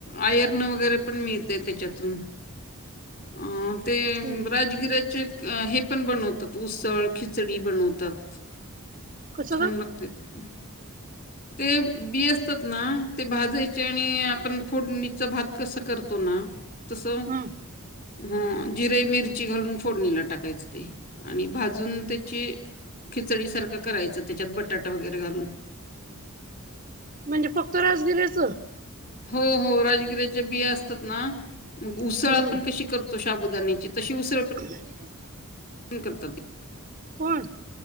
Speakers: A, on the left (about 45°); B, on the right (about 40°).
A: आयर्न वगैरे पण मिळतेय त्याच्यातून अ ते
B: हम्म
A: राजगिऱ्याचे अ हे पण बनवतात उसळ खिचडी बनवतात
B: कसं
A: छान
B: ग?
A: लागते ते ह ते बी असतात ना ते भाजायचे आणि आपण फोडणीच भात कसं करतो ना तसं
B: हम्म
A: हा जिरे मिरची घालून फोडणीला टाकायच ते आणि भाजून त्याची खिचडीसारखं करायचं त्याच्यात बटाटा वगैरे घालून
B: म्हणजे फक्त रास गेल्याच
A: हो हो राजगिऱ्याच्या बिया असतात ना मग उसळ
B: हम्म
A: आपण कशी करतो तो शाबुदानीची तशी उस
B: आहे
A: करतात
B: कोण